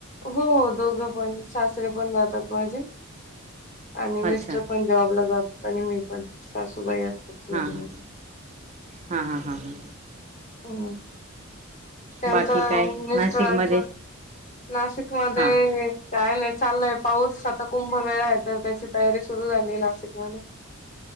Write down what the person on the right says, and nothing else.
अच्छा
हा हा, हा हा हा.
बाकी काय
नाशिकमध्ये
हा